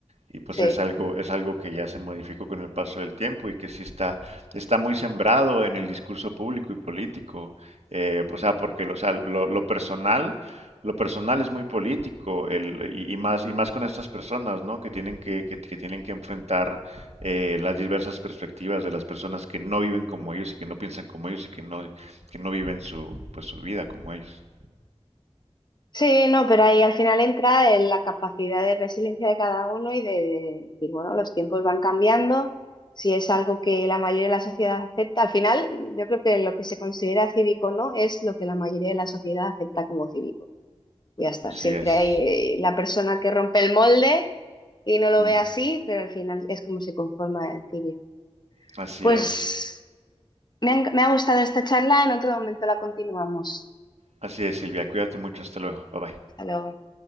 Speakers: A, on the right; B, on the left.
A: Y pues
B: sí.
A: es algo, es algo que ya se modificó con el paso del tiempo y que sí está, está muy sembrado en el discurso público y político. Eh, o sea, porque lo, o sea, lo, lo personal, lo personal es muy político, el, y, y más, y más con estas personas, ¿no? que tienen que, que- que tienen que enfrentar eh, las diversas perspectivas de las personas que no viven como ellos y que no piensan como ellos y que no, que no viven su, pues su vida como ellos.
B: Sí, no, pero ahí al final entra en la capacidad de resiliencia de cada uno y de de decir, bueno, los tiempos van cambiando, si es algo que la mayoría de la sociedad acepta, al final yo creo que lo que se considera cívico o no es lo que la mayoría de la sociedad acepta como cívico. Ya está,
A: Así
B: siempre
A: es.
B: hay eh, la persona que rompe el molde y no lo
A: Ujú.
B: ve así, pero al final es como se conforma el cívico.
A: Así
B: Pues
A: es.
B: me han- me ha gustado esta charla, en otro momento la continuamos.
A: Así es, Silvia. Cuídate mucho. Hasta luego. Bye bye.
B: Hasta luego.